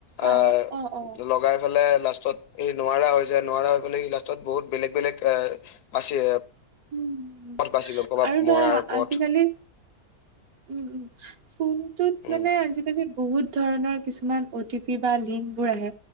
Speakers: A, on the left; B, on the right.
A: আ,
B: অ', অ', অ',
A: লগাই পেলাই লাষ্টত এই নোৱাৰা হৈ যায় নোৱাৰা হৈ গলে সি লাষ্টত বহুত বেলেগ বেলেগ এ বাচি
B: উম,
A: পথ বাচিলৈ ক'ৰবাত
B: আৰু ধৰা
A: মৰাৰ পথ।
B: আজিকালি উম, উম, ফোনটোত
A: উম
B: মানে আজিকালি বহুত ধৰণৰ কিছুমান অ' টি পি বা লিংক বোৰ আহে